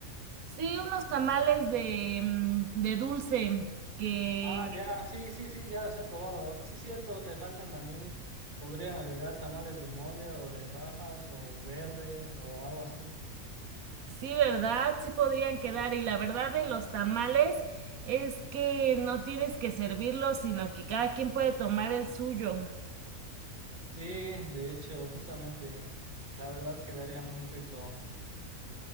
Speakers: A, on the right; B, on the right.
A: Sí, unos tamales de, mm, de dulce que
B: Ah, ya, sí, sí, sí, ya los he probado. Sí, cierto, te faltan también, podrían agregar tamales de mole o de rajas o verde o algo así.
A: sí, ¿verdad? Sí podrían quedar. Y la verdad de los tamales es que no tienes que servirlos, sino que cada quien puede tomar el suyo.
B: Sí, de hecho, justamente, la verdad quedaría muy rico.